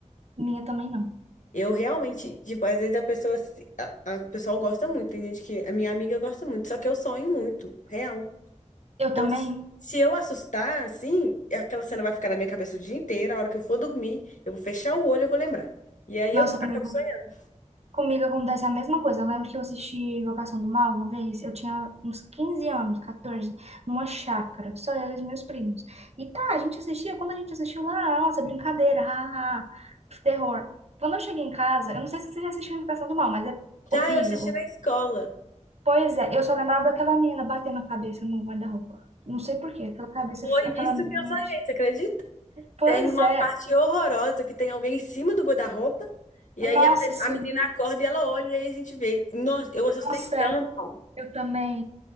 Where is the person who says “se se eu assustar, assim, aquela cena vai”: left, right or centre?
Left